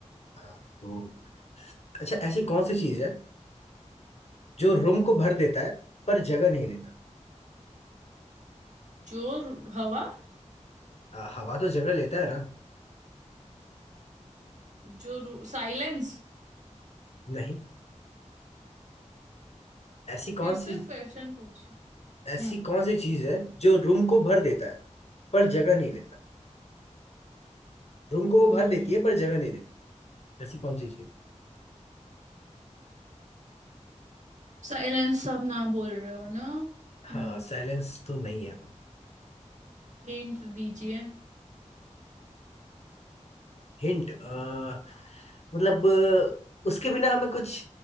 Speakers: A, on the left; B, on the right.
A: हाँ तो अच्छा ऐसी कौन सी चीज है जो रूम को भर देता है पर जगह नहीं लेता
B: जो रु- हवा
A: आ, हवा तो जगह लेता है ना
B: जो साइलेंस
A: नहीं ऐसी कौन
B: फिर से
A: सी
B: क्वेश्चन पूछ हम्म
A: ऐसी कौन सी चीज है जो रूम को भर देता है पर जगह नहीं लेता रूम को वो
B: हम्म
A: भर देती है पर जगह नहीं लेती ऐसी कौन सी चीज
B: साइलेंस आप ना बोल रहे हो ना
A: हाँ
B: हम्म
A: साइलेंस तो नहीं है
B: हिंट दीजिए
A: हिंट मतलब अ, मतलब, उसके बिना हमें कुछ